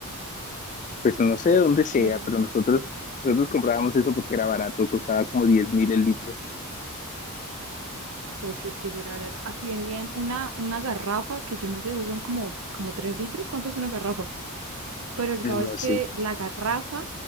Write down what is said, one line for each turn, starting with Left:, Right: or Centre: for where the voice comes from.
Left: Pues no sé de dónde sea,
Right: Oye,
Left: pero nosotros, nosotros
Right: eh,
Left: comprábamos eso porque era barato, costaba como 10 mil el litro.
Right: uf, es que si era verdad. Aquí vendían una, una garrafa que yo no sé, esos son como, como tres litros. ¿Cuánto es una garrafa? Pero el caso
Left: No
Right: es que
Left: sé.
Right: la garrafa,